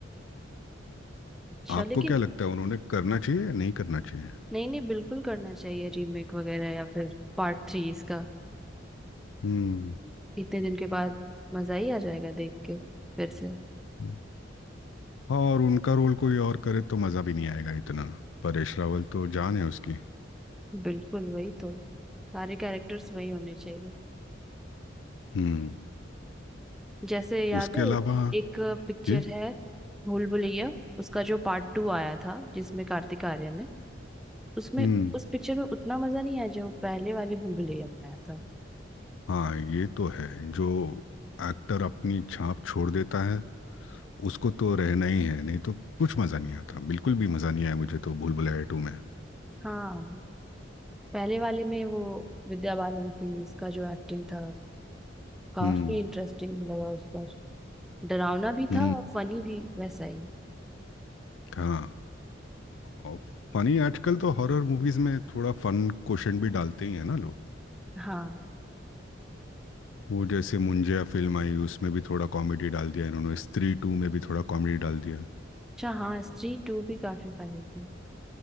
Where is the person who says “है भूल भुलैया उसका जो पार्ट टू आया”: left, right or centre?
Centre